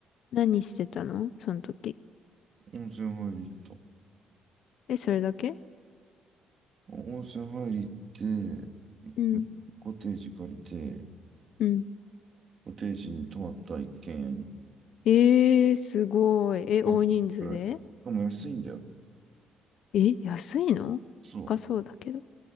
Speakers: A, on the left; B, on the right.
A: 何してたのその時。
B: 温泉入り行った。
A: え、それだけ
B: 温泉入り行って、
A: うん。
B: コテージ借りて、
A: うん。
B: コテージに泊まった一軒家に
A: えー、すごい。え、
B: 半泊くらい。
A: 大人数で
B: しかも安いんだよ。
A: え、安いの高そうだけど。
B: そう。っ